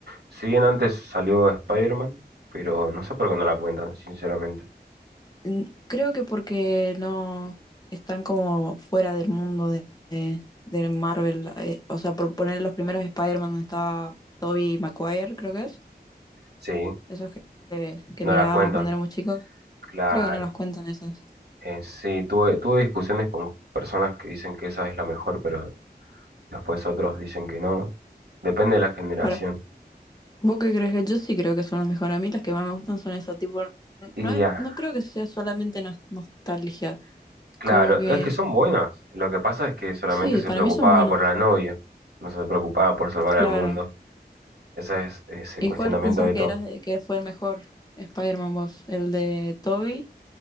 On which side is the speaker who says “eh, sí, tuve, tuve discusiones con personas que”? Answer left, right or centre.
Right